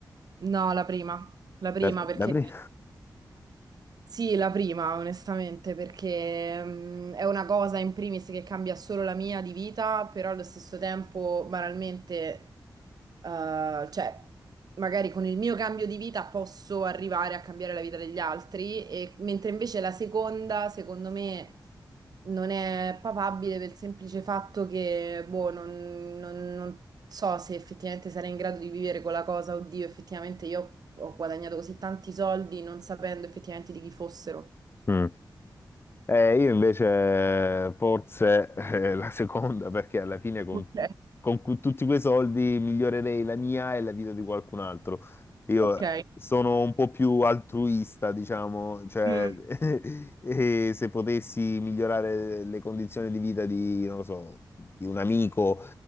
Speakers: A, on the right; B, on the left.
A: No, la prima, la prima
B: Da,
A: perché
B: da pre-
A: sì, la prima onestamente perché mm, è una cosa in primis che cambia solo la mia di vita, però allo stesso tempo banalmente, eh, cioè. magari con il mio cambio di vita posso arrivare a cambiare la vita degli altri, e, mentre invece la seconda, secondo me, non è papabile per il semplice fatto che, boh, non, non- non so se effettivamente sarei in grado di vivere con la cosa, oddio, effettivamente io ho guadagnato così tanti soldi non sapendo effettivamente di chi fossero.
B: Mm. Eh, io invece forse eh, <laughs> la seconda, perché alla fine con,
A: Ok,
B: con cu- tutti quei soldi migliorerei la mia e la vita di qualcun altro. Io
A: ok.
B: sono un po' più altruista, diciamo, cioè
A: Mm.
B: <laughs> e se potessi migliorare le condizioni di vita di, non lo so, di un amico